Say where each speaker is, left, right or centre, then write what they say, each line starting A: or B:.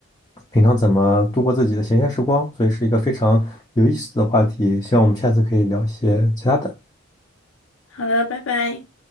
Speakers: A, on the left; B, on the left.
A: 平常怎么度过自己的闲暇时光，所以是一个非常有意思的话题。希望我们下次可以聊一些其他的。
B: 好的，拜拜。